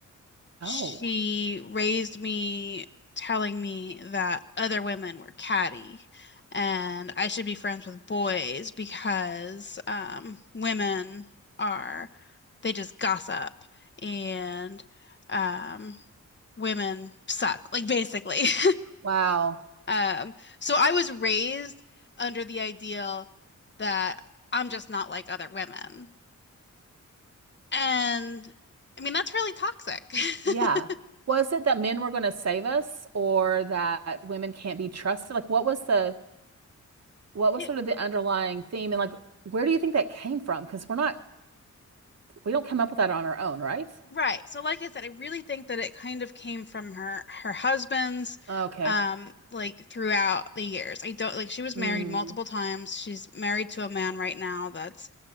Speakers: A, on the left; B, on the right.
A: she
B: Oh,
A: raised me telling me that other women were catty and I should be friends with boys because um, women are, they just gossip and um, women suck, like basically. <laughs>
B: wow.
A: Um, so I was raised under the ideal that I'm just not like other women. And I mean, that's really toxic. <laughs>
B: Yeah. Was it that men were going to save us, or that women can't be trusted? Like, what was the what
A: It
B: was sort of the underlying theme, and like, where do you think that came from? Because we're not we don't come up with that on our own, right?
A: Right. So like I said, I really think that it kind of came from her her husband's
B: Okay.
A: um like throughout the years. I don't like she was
B: Mm,
A: married multiple times. She's married to a man right now that's